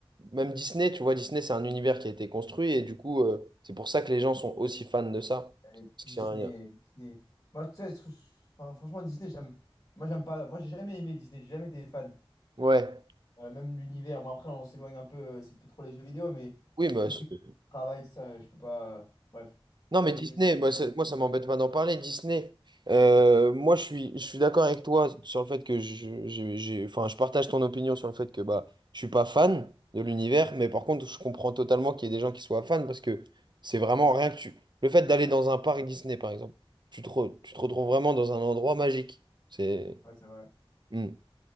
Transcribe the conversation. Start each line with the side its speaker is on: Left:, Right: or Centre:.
Right: même Disney, tu vois, Disney, c'est un univers qui a été construit et du coup, euh, c'est pour ça que les gens sont aussi fans de ça.
Left: Et
Right: Parce
Left: Disney,
Right: que c'est un lien.
Left: Disney. Moi, tu sais, je trouve- enfin, franchement, Disney, j'aime. Moi, j'aime pas. Moi, j'ai jamais aimé Disney, j'ai jamais été fan.
Right: Ouais.
Left: Euh, même l'univers, bon après on s'éloigne un peu, euh, c'est plus trop les jeux vidéo, mais
Right: Oui, mais
Left: tous ceux
Right: c'est-
Left: qui travaillent, tout ça, je peux pas. Bref.
Right: non,
Left: Non
Right: mais
Left: mais
Right: Disney,
Left: c'est.
Right: moi,
Left: Ouais,
Right: ça, moi, ça m'embête pas d'en parler. Disney, euh, moi, je suis, je suis d'accord avec toi sur le fait que je, j'ai- j'ai- enfin, je partage ton opinion sur le fait que bah, je suis pas fan de l'univers, mais par contre, je comprends totalement qu'il y ait des gens qui soient fans parce que c'est vraiment rien que tu. Le fait d'aller dans un parc Disney, par exemple, tu te, re- tu te retrouves vraiment dans un endroit magique. C'est.
Left: c'est vrai.
Right: Mm.